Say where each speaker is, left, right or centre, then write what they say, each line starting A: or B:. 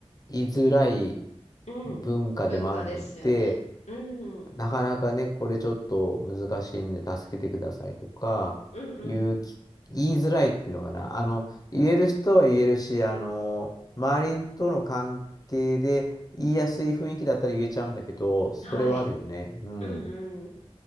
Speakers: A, on the left; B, on the left.
A: 言いづらい
B: うん。
A: 文化でもあるので、
B: 文化ですよね。うん。うん
A: なかなかね、これちょっと難しいんで助けてくださいとか、
B: うん。
A: 言うき、言いづらいっていうのかな。あの、言える人は言えるし、あの、周りとの関係で言いやすい雰囲気だったら言えちゃうんだけど、
B: うん
A: それはあるよね。
B: はい。
A: うん。
B: うんうん。